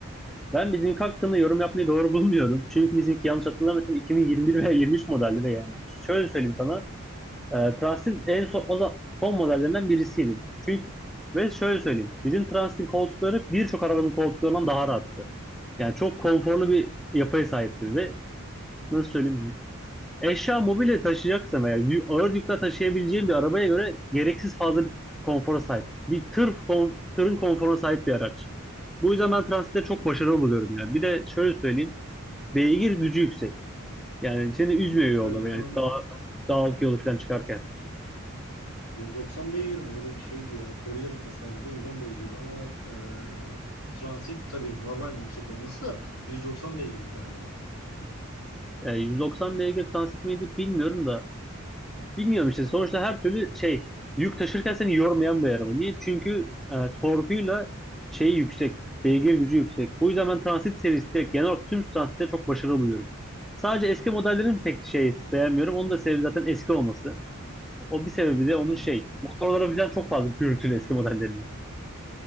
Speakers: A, in the centre; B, on the left.
A: Ben bizimki hakkında yorum yapmayı doğru bulmuyorum. Çünkü bizimki yanlış hatırlamıyorsam 2021 veya 23 modeldi de yani. Şöyle söyleyeyim sana. E, Transt'in en son, o za- son modellerinden birisiydi. Çünkü ve şöyle söyleyeyim. Bizim Transt'in koltukları birçok arabanın koltuklarından daha rahattı. Yani çok konforlu bir yapıya sahiptir ve nasıl söyleyeyim eşya mobilya taşıyacaksa veya yü- ağır yükle taşıyabileceğin bir arabaya göre gereksiz fazla bir konfora sahip. Bir tır kon- tırın konforuna sahip bir araç. Bu yüzden ben Transit'te çok başarılı buluyorum yani. Bir de şöyle söyleyeyim. Beygir gücü yüksek. Yani seni üzmüyor yolda
B: Öyle canım
A: yani dağ, dağlık yolu falan çıkarken.
B: 190 beygir mi? Öyle bir şeydi ya. Courier mesela bizde 110 beygirdi ama eee transit tabii normal yüksek olması da 190 beygirdi galiba.
A: E, 190 beygir transit miydi bilmiyorum da. Bilmiyorum işte sonuçta her türlü şey yük taşırken seni yormayan bir araba. Niye? Çünkü e, torkuyla şeyi yüksek. Beygir gücü yüksek. Bu yüzden ben transit serisi direkt genel olarak tüm transitte çok başarılı buluyorum. Sadece eski modellerin pek şey beğenmiyorum. Onun da sebebi zaten eski olması. O bir sebebi de onun
B: Yani,
A: şey. Motorlara birden çok fazla gürültülü eski modellerinin.